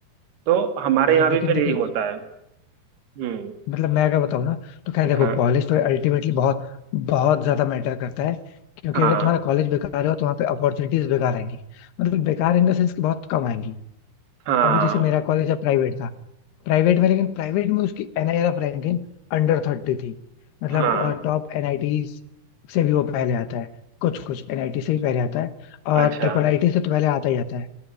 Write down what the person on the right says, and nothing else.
तो हमारे
यहाँ
भी फिर
यही होता है हम्म
हाँ
हाँ
हाँ
हाँ
अच्छा